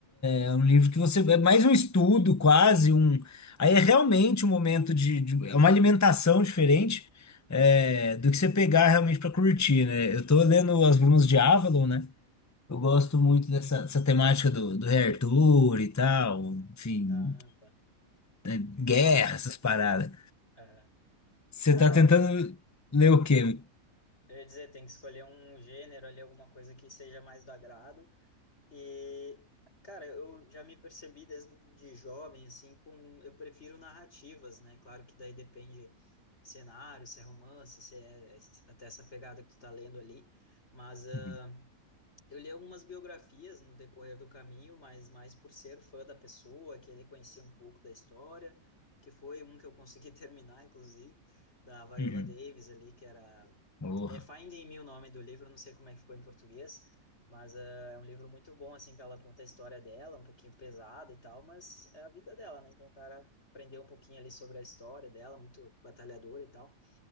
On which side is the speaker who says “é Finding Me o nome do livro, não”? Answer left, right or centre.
Left